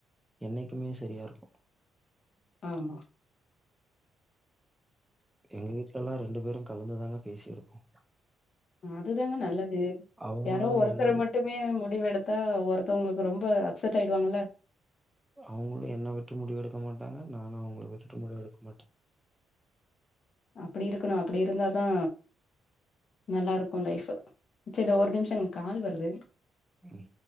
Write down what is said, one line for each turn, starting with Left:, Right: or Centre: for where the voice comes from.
Centre: என்னைக்குமே செரியா இருக்கு
Left: ம்
Centre: எங்க வீட்லல்லா ரெண்டு பேரு கலந்துதாங்க பேசி எடுப்போ
Left: அதுதாங்க நல்லது
Centre: அவங்களும்
Left: யாரோ ஒருத்தர
Centre: என்ன விட்
Left: மட் மட்டுமே முடிவு எடுத்தா ஒருத்தவங்ளுக்கு ரொம்ப அப்செட் ஆயிடுவாங்கல்ல
Centre: அவுங்களு என்ன விட்டு முடிவு எடுக்க மாட்டாங்க நானு அவுங்கள விட்டுட்டு முடிவு எடுக்க மாட்டே
Left: அப்டி இருக்கணு அப்டி இருந்தாதா நல்லாருக்கும் லைஃப் சரி ஒரு நிமிஷங்ககால் வருது
Centre: ப்ரோ